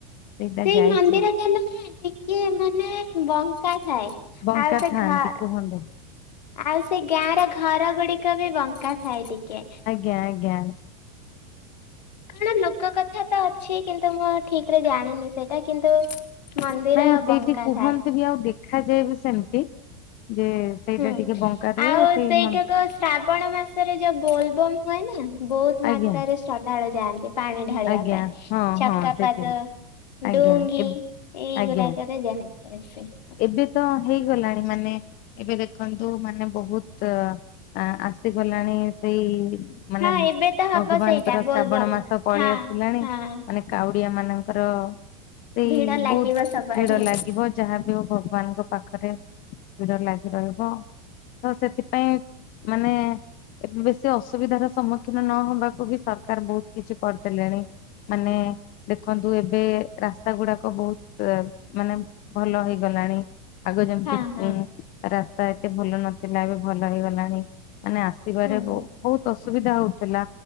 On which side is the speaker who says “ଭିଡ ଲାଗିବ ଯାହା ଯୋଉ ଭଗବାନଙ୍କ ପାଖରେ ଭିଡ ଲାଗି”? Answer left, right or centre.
Left